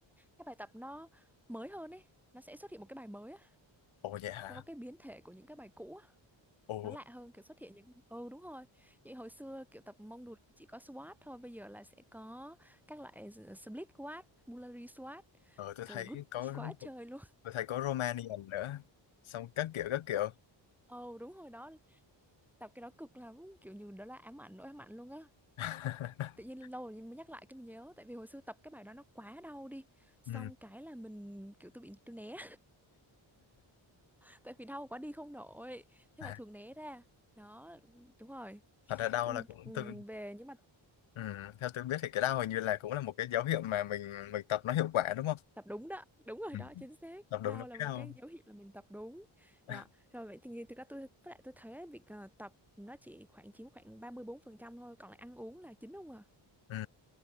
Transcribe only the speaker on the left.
ồ vậy hả
ồ
ờ tôi
thấy
có
tôi thấy có Romanian nữa xong các kiểu các kiểu
<laughs>
ừ.
à,
thật ra đau
là cũng
tôi
ừ. theo tôi biết thì cái đau hình như là cũng là một cái dấu hiệu mà mình mình tập nó hiệu quả đúng không
ừ.
tập
đúng nó
cái
đau
<laughs>
ừ.